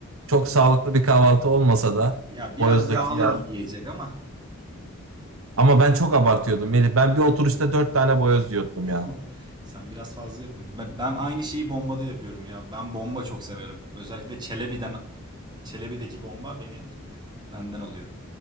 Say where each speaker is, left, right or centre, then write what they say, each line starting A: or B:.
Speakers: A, on the right; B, on the right.
A: sağlıklı bir kahvaltı olmasa da
B: Ya
A: boyozdaki
B: biraz yağlı
A: ya.
B: bir yiyecek ama. <laughs>
A: Ama ben çok abartıyordum Melih. Ben bir oturuşta dört tane boyoz yiyordum
B: Oh,
A: ya.
B: sen biraz fazla yapın. Ben, ben aynı şeyi bombada yapıyorum ya. Ben bomba çok severim. Özellikle Çelebi'den, Çelebi'deki bomba beni benden alıyor.